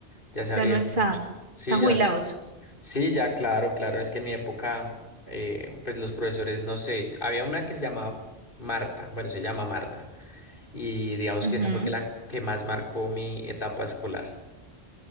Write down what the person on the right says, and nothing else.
Ya no está.
Está jubilado
eso.
Ujú.